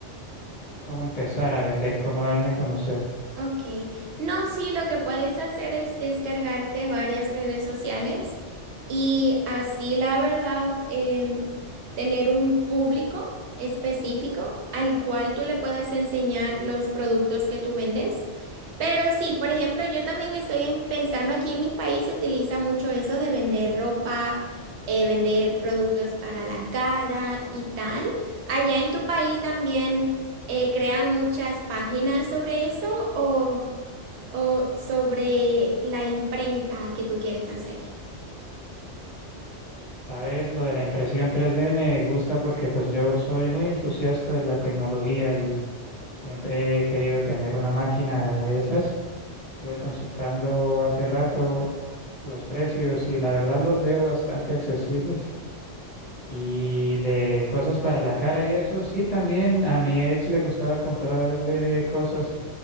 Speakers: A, on the left; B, on the right.
A: cómo empezar a vender, cómo darme a conocer.
B: Ok, no, sí, lo que puedes hacer es descargarte varias redes sociales y así, la verdad, em, tener un público específico al cual tú le puedas enseñar los productos que tú vendes pero sí, por ejemplo, yo también estoy en- pensando aquí en mi país se utiliza mucho eso de vender ropa, eh, vender productos para la cara y tal. ¿Allá en tu país también eh, crean muchas páginas sobre eso o, o sobre la imprenta que tú quieres hacer?
A: Sabes, lo de la impresión 3D me gusta porque pues yo soy muy entusiasta de la tecnología y siempre he querido tener una máquina de esas. Estuve consultando hace rato los precios y la verdad los veo bastante accesibles. Y de cosas para la cara y eso, sí, también a mi ex le gustaba comprarle cosas